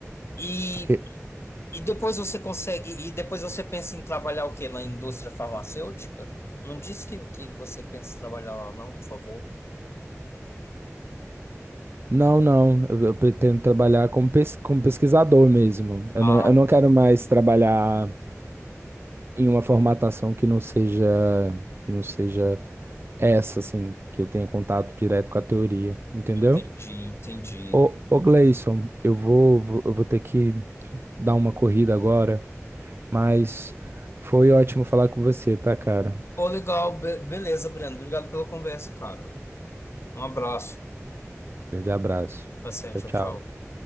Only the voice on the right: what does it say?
porque.
Não, não, eu, eu pretendo trabalhar como, pes, como pesquisador mesmo. Eu
não, eu não quero mais trabalhar em uma formatação que não seja, que não seja essa, assim, que eu tenho contato direto com a teoria, entendeu?
Ô, ô Gleison, eu vou, vou- eu vou ter que dar uma corrida agora, mas foi ótimo falar com você, tá, cara?
Grande abraço.
Tchau, tchau.